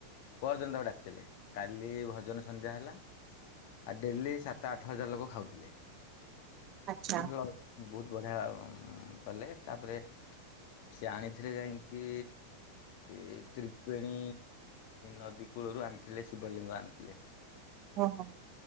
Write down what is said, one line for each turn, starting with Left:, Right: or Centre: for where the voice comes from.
Left: ପହରଦିନ ତାକୁ ଡାକିଥିଲେ। କାଲି ଭଜନ ସନ୍ଧ୍ୟା ହେଲା। ଆଉ ଡେଲି ସାତ ଆଠ ହଜାର ଲୋକ ଖାଉଥିଲେ।
Right: ଆଚ୍ଛା
Left: ଭଲ ବୋହୁତ ବଢ଼ିଆ କଲେ ତାପରେ ସିଏ ଆଣିଥିଲେ ଯାଇଁକି ସେ ତ୍ରିପେଣୀ ନଦୀ କୂଳରୁ ଆଣିଥିଲେ ଶିବଲିଙ୍ଗ ଆଣିଥିଲେ।
Right: ହଁ ହଁ।